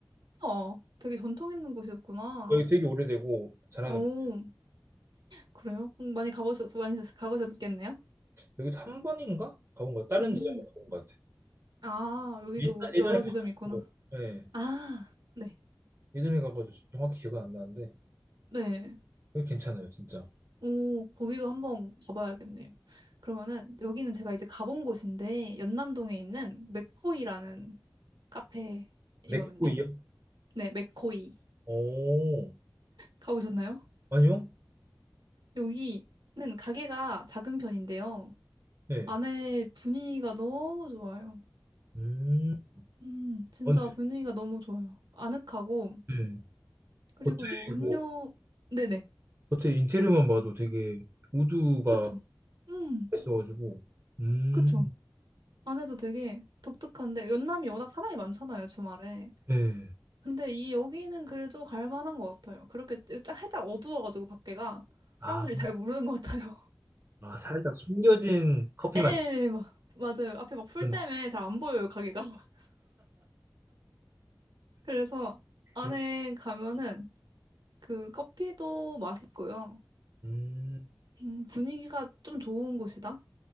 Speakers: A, on the right; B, on the right.
A: 어, 되게 전통 있는 곳이었구나.
B: 여기 되게 오래되고 잘하는
A: 오,
B: 곳
A: 그래요? 음, 많이 가보셨, 많이 가보셨겠네요?
B: 여기도 한 번인가 가본 거 다른
A: 음,
B: 데가 가본 것 같아요
A: 아, 여기도
B: 옛날- 예전에
A: 여러
B: 가가지고
A: 지점이 있구나.
B: 예
A: 아, 네.
B: 예전에 가가지고 정확히 기억은 안 나는데
A: 네.
B: 여기 괜찮아요 진짜
A: 오, 거기도 한번 가봐야겠네요. 그러면은, 여기는 제가 이제 가본 곳인데, 연남동에 있는 맥코이라는 카페이거든요?
B: 맥고이요?
A: 네, 맥코이.
B: 오
A: 가보셨나요?
B: 아니요?
A: 여기는 가게가 작은 편인데요.
B: 네.
A: 안에 분위기가 너무 좋아요.
B: 음,
A: 음, 진짜
B: 어, 네.
A: 분위기가 너무 좋아요. 아늑하고,
B: 네.
A: 그리고
B: 고테이고
A: 뭐 음료, 네네.
B: 겉에 인테리어만 봐도 되게 우드가
A: 그쵸. 음,
B: 있어가지고 음,
A: 그쵸. 안에도 되게 독특한데, 연남이 워낙 사람이 많잖아요, 주말에.
B: 네.
A: 근데 이 여기는 그래도 갈 만한 것 같아요. 그렇게 짜- 살짝 어두워가지고 밖에가
B: 아,
A: 사람들이 잘 모르는 것 같아요.
B: 아 살짝 숨겨진 커피
A: <laughs> 에에,
B: 맛
A: 막, 맞아요. 앞에 막 풀
B: 그런
A: 때문에 잘 안 보여요, 가게가. <laughs> 그래서 안에
B: 그런
A: 가면은 그 커피도 맛있고요.
B: 음.
A: 음, 분위기가 좀 좋은 곳이다.